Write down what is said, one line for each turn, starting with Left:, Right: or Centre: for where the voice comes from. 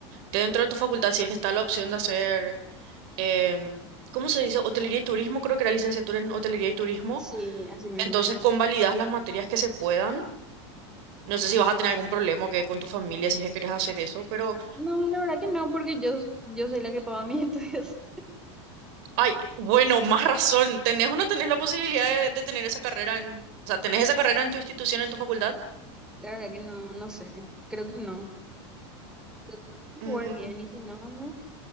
Right: dentro de tu facultad, si es que está la opción de hacer, em, ¿cómo se dice? Hotelería y turismo, creo que era licenciatura en hotelería y turismo.
Centre: Sí, así mismo.
Right: Entonces, convalidas las materias que se puedan. No sé si vas a tener algún problema que con tu familia si es que quieres hacer eso, pero,
Centre: No, la verdad que no, porque yo, yo soy la que paga mis <laughs> estudios.
Right: ay, bueno, más razón. ¿Tenés o no tenés la posibilidad de, de tener esa carrera en, o sea, tenés esa carrera en tu institución, en tu facultad?
Centre: La verdad que no, no sé, creo que no. Yo tengo que averiguar
Right: Mm,
Centre: bien y si no, no.